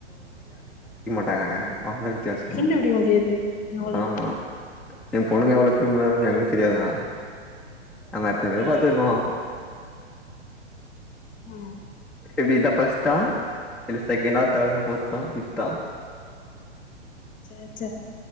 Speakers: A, in the centre; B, on the left.
A: டாங்க அவ்ளோ வித்தியாசோ
B: ஃப்ரெண்டு பிடிக்க முடியாது அவ்ளோதா
A: ஆமா என் பொண்ணுங்க எவ்ளோ கிரிமுனல் னு எங்களுக்கு தெரியாதா நாங்க எத்தனை பேரு பாத்து இருக்கோ
B: உம்
A: எப்டி இதா ஃபஸ்டா இல்ல செகேண்டா தேர்டா ஃபோர்தா பிஃப்தா
B: சே சே